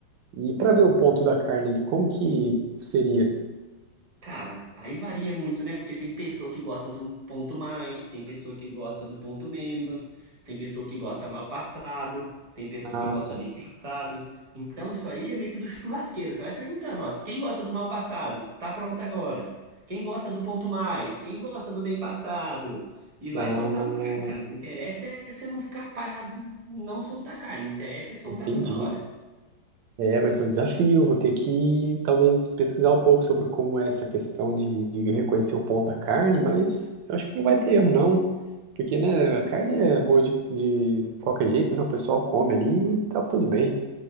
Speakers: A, on the right (about 75°); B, on the right (about 40°).
A: E para ver o ponto da carne ali, como que seria?
B: Cara, aí varia muito, né? Porque tem pessoa que gosta do ponto mais, tem pessoa que gosta do ponto menos, tem pessoa que gosta mal passado, tem pessoa
A: Ah,
B: que gosta
A: sim.
B: bem passado. Então isso aí é meio que do churrasqueiro. Você vai perguntando, ó, quem gosta do mal passado? Tá pronto agora. Quem gosta do ponto mais? Quem gosta do bem passado? E vai
A: Ah,
B: soltando carne, cara. O interessa é você não ficar parado, não soltar carne. O interessa é soltar
A: entendi.
B: toda hora.
A: É, vai ser um desafio. Vou ter que talvez pesquisar um pouco sobre como é essa questão de, de reconhecer o ponto da carne, mas eu acho que não vai ter erro, não. Porque, né, a carne é boa de, de qualquer jeito, né? O pessoal come ali e tá tudo bem.